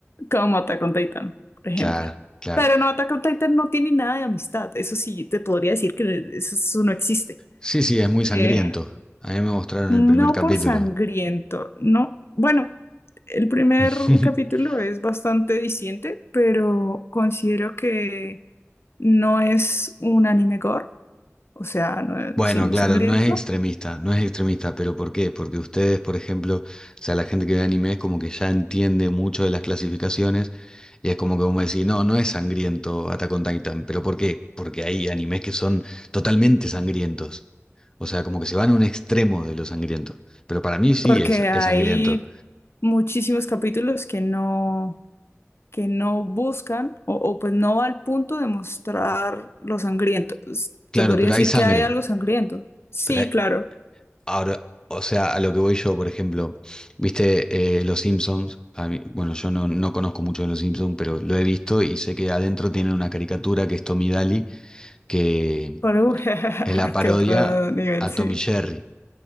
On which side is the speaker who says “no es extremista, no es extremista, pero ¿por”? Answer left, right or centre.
Left